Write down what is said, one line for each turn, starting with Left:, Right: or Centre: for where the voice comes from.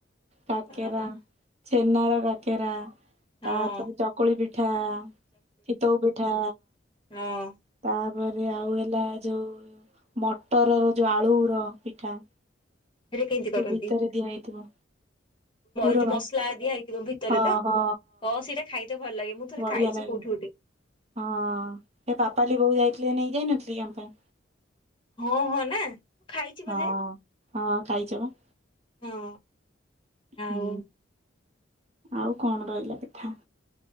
Right: କାକରା
Left: ହଁ
Right: ଛେନାର କାକେରା ତାପରେ
Left: ହଁ
Right: ଚକୁଳି ପିଠା ଚିତଉ ପିଠା
Left: ଅଁ
Right: ତାପରେ ଆଉ ହେଲା ଯୋଉ ମଟର ର ଯୋଉ ଆଳୁ ର ପିଠା
Left: ସେଟା କେମିତି
Right: ଯୋଉ
Left: କରନ୍ତି
Right: ଭିତରେ ଦିଆ ହେଇଥିବ ପୁର
Left: ଯୋଉ
Right: ବା
Left: ମସଲା ଦିଆ ହେଇଥିବ ଭିତରେ
Right: ହଁ
Left: ତ
Right: ହଁ
Left: ହଁ ସେଇଟା ଖାଇତେ ଭଲ ଲାଗେ ମୁଁ ଥରେ
Right: ବଢିଆ
Left: ଖାଇଛି
Right: ଲାଗେ।
Left: କୋଉଠି ଉଠି
Right: ହଁ ସେ ପାପାଲି ବୋଉ ଯାଇଥିଲେ ନେଇ ଯାଇନଥିଲେ କି ଆମ ପାଇଁ
Left: ହଁ ହଁ ନା ମୁଁ ଖାଇଛି
Right: ହଁ।
Left: ବୋଧେ
Right: ହଁ କାଇଚ ପା
Left: ହଁ ଆଉ
Right: ହୁଁ ଆଉ କଣ ରହିଲା ପିଠା